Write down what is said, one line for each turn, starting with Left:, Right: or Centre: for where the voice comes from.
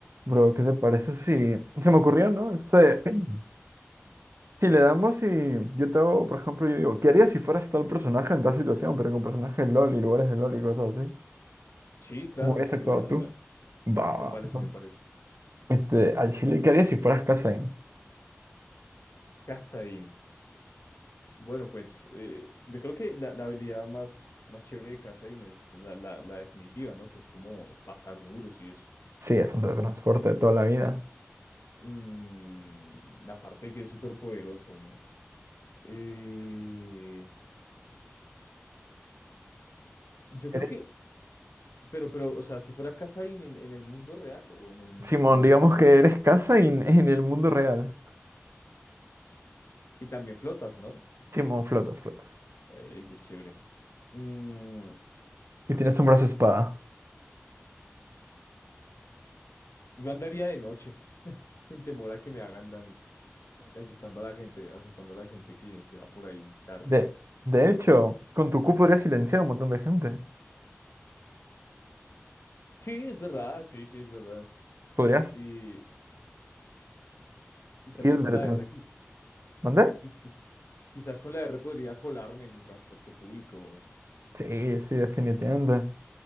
Right: Bro, ¿qué te parece si... Se me ocurrió, ¿no? Este, <clears throat> si le damos y yo te hago, por ejemplo, yo digo, ¿qué harías si fueras tal personaje en tal situación, pero con personajes de LOL y lugares de LOL y cosas así?
Left: Sí, claro,
Right: ¿Cómo hubieras actuado
Left: de una, de
Right: tú?
Left: una.
Right: Va, va,
Left: Me parece,
Right: va.
Left: me parece.
Right: Este, al Chile, ¿qué harías si fueras Kazain?
Left: Kassadin Bueno, pues eh, yo creo que la, la habilidad más, más chévere de Kassadin es la, la, la definitiva, ¿no? Que es como pasar muros y eso.
Right: Sí, es un teletransporte de toda la vida.
Left: Mm, la parte que es súper poderoso, ¿no? Eh, yo creo
Right: Eres-
Left: que, pero, pero, o sea, si fuera Kassadin en, en el mundo real o en el mundo
Right: Simón, digamos
Left: de
Right: que
Left: LOL.
Right: eres Kazain en el mundo real.
Left: Y también flotas, ¿no?
Right: Simón, flotas, flotas.
Left: Ay, qué chévere. Mm,
Right: Y tienes un brazo espada.
Left: yo andaría de noche, <laughs> sin temor a que me hagan daño. y asustando a la gente, asustando a la gente que, que va por ahí tarde.
Right: De, de hecho, con tu Q podrías silenciar a un montón de gente.
Left: Sí, es verdad, sí, sí, es verdad.
Right: Podrías
Left: Y, y también
Right: ir
Left: con
Right: teletransporte.
Left: la R, quiz-
Right: ¿Mandé?
Left: quiz- quiz- quizás con la R podría colarme en el transporte público
Right: Sí, sí, definitivamente.